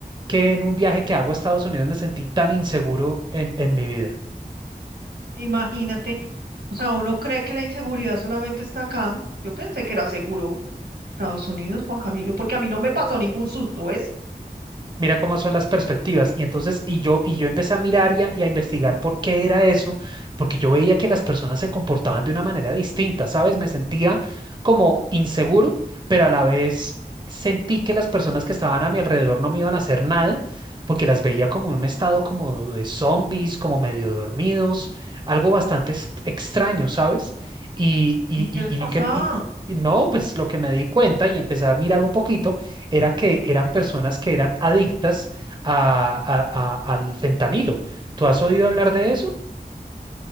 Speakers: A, on the right; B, on the right.
A: que en un viaje que hago a Estados Unidos me sentí tan inseguro en, en mi vida.
B: Imagínate, o sea, uno cree que la inseguridad solamente está acá. Yo pensé que era seguro Estados Unidos, Juan Camilo, porque a mí no me pasó ningún susto, ¿ves?
A: Mira cómo son las perspectivas.
B: Cuando fui.
A: Y entonces, y yo, y yo empecé a mirar y a, y a investigar por qué era eso, porque yo veía que las personas se comportaban de una manera distinta, ¿sabes? Me sentía como inseguro, pero a la vez sentí que las personas que estaban a mi alrededor no me iban a hacer nada, porque las veía como en un estado como de zombies, como medio dormidos, algo bastante ex- extraño, ¿sabes? Y, y,
B: ¿Y qué
A: y,
B: les pasaba?
A: y lo que, y- y no, pues lo que me di cuenta y empecé a mirar un poquito era que eran personas que eran adictas a- a- a- al fentanilo. ¿Tú has oído hablar de eso?